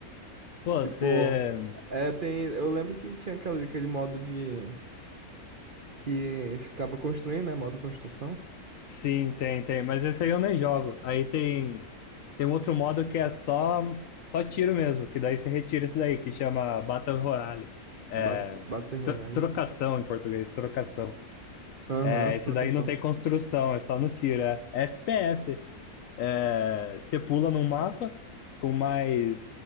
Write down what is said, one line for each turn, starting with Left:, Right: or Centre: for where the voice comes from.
Left: Pô,
Right: Tipo,
Left: você.
Right: é, tem, eu lembro que tinha aquele, aquele modo de que ficava construindo, né? Modo construção,
Left: Sim, tem, tem. Mas esse aí eu nem jogo. Aí tem, tem um outro modo que é só, só tiro mesmo, que daí você retira isso daí, que chama Battle Royale. É,
Right: Bat- Battle Royale.
Left: tro- trocação
Right: né?
Left: em português, trocação.
Right: Aham,
Left: É, esse
Right: trocação.
Left: daí não tem construção, é só no tiro. É, é FPS. É, você pula num mapa com mais